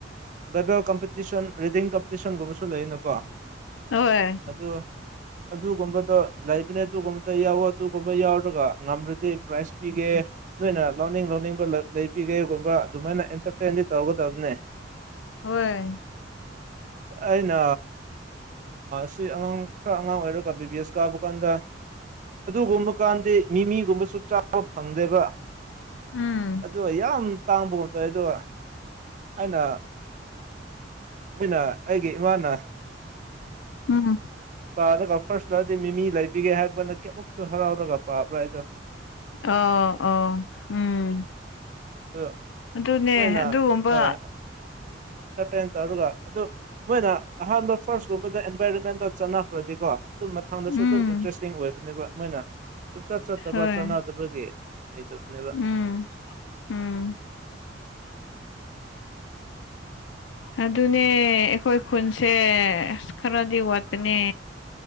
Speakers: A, on the right; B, on the left.
A: ꯕꯥꯏꯕꯦꯜ ꯀꯝꯄꯤꯇꯤꯁꯟ ꯔꯤꯗꯤꯡ ꯀꯝꯄꯤꯇꯤꯁꯟꯒꯨꯝꯕꯁꯨ ꯂꯩꯔꯤꯅꯀꯣ
B: ꯍꯣꯏ
A: ꯑꯗꯨ ꯑꯗꯨꯒꯨꯝꯕꯗꯣ ꯂꯩꯕꯅꯦ ꯑꯗꯨꯒꯨꯝꯕꯗ ꯌꯥꯎꯋ ꯑꯗꯨꯒꯨꯝꯕ ꯌꯥꯎꯔꯒ ꯉꯝꯔꯗꯤ ꯄ꯭ꯔꯥꯏꯖ ꯄꯤꯒꯦ ꯅꯣꯏꯅ ꯂꯧꯅꯤꯡ ꯂꯧꯅꯤꯡꯕ ꯂꯩꯕꯤꯒꯦꯒꯨꯝꯕ ꯑꯗꯨꯃꯥꯏꯅ ꯑꯦꯟꯇꯔꯇꯦꯟꯗꯤ ꯇꯧꯒꯗꯕꯅꯦ
B: ꯍꯣꯏ
A: ꯑꯩꯅ ꯁꯤ ꯑꯉꯥꯡ ꯈꯔ ꯑꯉꯥꯡ ꯑꯣꯏꯔꯒ ꯕꯤ ꯕꯤ ꯑꯦꯁ ꯀꯥꯕ ꯀꯥꯟꯗ ꯑꯗꯨꯒꯨꯝꯕ ꯀꯥꯟꯗꯤ ꯃꯤꯃꯤꯒꯨꯝꯕꯁꯨ ꯆꯥꯕ ꯐꯪꯗꯦꯕ
B: ꯎꯝ
A: ꯑꯗꯣ ꯌꯥꯝ ꯇꯥꯡꯕꯒꯣꯝ ꯇꯧꯋ ꯑꯗꯣ ꯑꯩꯅ ꯃꯣꯏꯅ ꯑꯩꯒꯤ ꯏꯃꯥꯅ
B: ꯎꯝ
A: ꯄꯥꯔꯒ ꯐꯥꯔꯁ ꯂꯔꯗꯤ ꯃꯤꯃꯤ ꯂꯩꯕꯤꯒꯦ ꯍꯥꯏꯕꯒꯅ ꯀꯌꯥꯃꯨꯛꯁꯨ ꯍꯔꯥꯎꯔꯒ ꯄꯥꯕ꯭ꯔꯥ ꯍꯥꯏꯗꯣ
B: ꯑꯣ ꯑꯣ ꯎꯝ
A: ꯑ
B: ꯑꯗꯨꯅꯦ
A: ꯃꯣꯏꯅ
B: ꯑꯗꯨꯒꯨꯝꯕ
A: ꯍꯣꯏ ꯎꯝ ꯏꯟꯇꯔꯇꯦꯟ ꯇꯧꯔꯒ ꯑꯗꯨ ꯃꯣꯏꯅ ꯑꯍꯥꯟꯕ ꯐꯥꯔꯁꯀꯨꯝꯕꯗ ꯑꯦꯟꯚꯥꯏꯔꯣꯟꯃꯦꯟꯗꯣ ꯆꯠꯅꯈ꯭ꯔꯗꯤꯀꯣ ꯑꯗꯨꯝ ꯃꯊꯪꯗꯁꯨ
B: ꯎꯝ
A: ꯑꯗꯨꯝ ꯏꯟꯇꯔꯦꯁꯇꯤꯡ ꯑꯣꯏꯕꯅꯦꯕ ꯃꯣꯏꯅ ꯁꯨꯆꯠ ꯆꯠꯇꯕ
B: ꯍꯣꯏ
A: ꯆꯥꯟꯅꯗꯕꯒꯤ ꯂꯩꯇꯕꯅꯦꯕ
B: ꯎꯝ ꯎꯝ
A: <unintelligible>
B: ꯑꯗꯨꯅꯦ ꯑꯩꯈꯣꯏ ꯈꯨꯟꯁꯦ ꯑꯁ ꯈꯔꯗꯤ ꯋꯥꯠꯄꯅꯦ